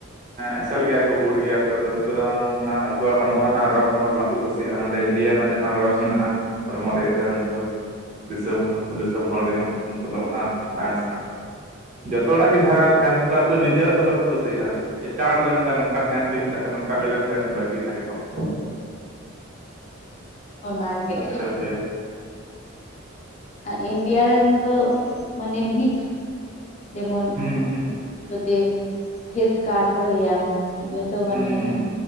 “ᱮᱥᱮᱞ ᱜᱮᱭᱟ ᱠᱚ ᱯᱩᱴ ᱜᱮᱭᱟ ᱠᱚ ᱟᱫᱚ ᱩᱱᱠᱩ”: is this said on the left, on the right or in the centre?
Right